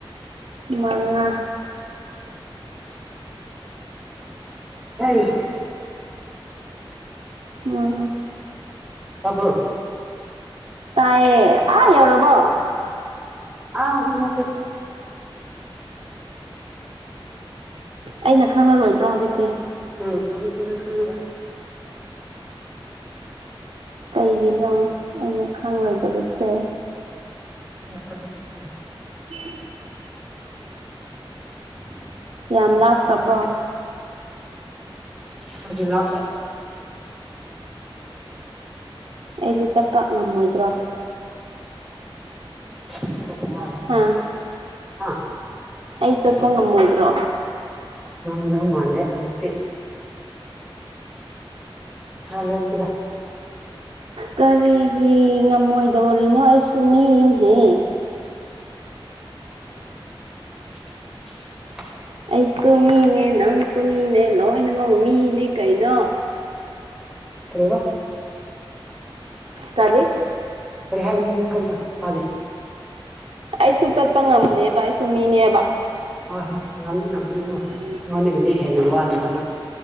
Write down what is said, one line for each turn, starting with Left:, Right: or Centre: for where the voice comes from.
Right: ꯃꯉꯥ
Centre: <unintelligible> <unintelligible> <inaudible> <inaudible>
Right: ꯎꯝ <unintelligible>
Centre: ꯇꯥꯕꯣ
Right: ꯇꯥꯏꯌꯦ ꯑꯥ ꯌꯧꯔꯕꯣ
Centre: ꯑ ꯗꯤ ꯅꯠꯇꯦ
Right: ꯑꯩꯅ ꯈꯪꯂꯔꯣꯏꯗ꯭ꯔꯣ ꯍꯧꯖꯤꯛꯇꯤ
Centre: ꯎꯝ ꯍꯧꯖꯤꯛꯇꯤ ꯅꯪ ꯈꯪꯉꯔꯣꯏ
Right: ꯀꯩꯒꯤꯅꯣ ꯑꯩꯅ ꯈꯪꯂꯣꯏꯗꯕꯁꯦ
Centre: <unintelligible> <inaudible>
Right: <inaudible>
Centre: ꯎ <inaudible>
Right: ꯌꯥꯝ ꯂꯥꯞꯈ꯭ꯔꯕ꯭ꯔꯣ
Centre: ꯈꯔꯗꯤ ꯂꯥꯞꯄꯦ
Right: ꯑꯩꯗꯤ ꯆꯠꯄ ꯉꯝꯃꯣꯏꯗ꯭ꯔꯣ
Centre: ꯆꯠꯄ ꯋꯥꯅꯤꯗꯍꯥ
Right: ꯍꯥ ꯑꯩ ꯆꯠꯄ ꯉꯝꯃꯣꯏꯗ꯭ꯔꯣ
Centre: ꯉꯝꯒꯗꯧ ꯃꯥꯟꯗꯦ ꯍꯧꯖꯤꯛꯇꯤ ꯍꯥ ꯂꯦꯠꯒꯦꯗ
Right: ꯀꯔꯤꯒꯤ ꯉꯝꯃꯣꯏꯗꯧꯔꯤꯅꯣ ꯑꯩꯁꯨ ꯃꯤꯅꯤꯅꯦꯍꯦ
Centre: <inaudible>
Right: ꯑꯩꯁꯨ ꯃꯤꯅꯦ ꯅꯪꯁꯨ ꯃꯤꯅꯦ ꯂꯣꯏꯅꯃꯛ ꯃꯤꯅꯦ ꯀꯩꯅꯣ
Centre: ꯀꯩꯑꯕ
Right: ꯀꯔꯤ
Centre: ꯀꯔꯤ ꯍꯥꯏꯕꯅꯣ <unintelligible> ꯇꯥꯗꯦ
Right: ꯑꯩꯁꯨ ꯆꯠꯄ ꯉꯝꯅꯦꯕ ꯑꯩꯁꯨ ꯃꯤꯅꯦꯕ
Centre: ꯍꯣꯏ ꯍꯣꯏ ꯉꯝꯅꯤ ꯉꯝꯅꯤ
Right: <inaudible>
Centre: ꯃꯅꯒꯗꯤ ꯍꯦꯅ ꯋꯥꯅꯤꯕ ꯅ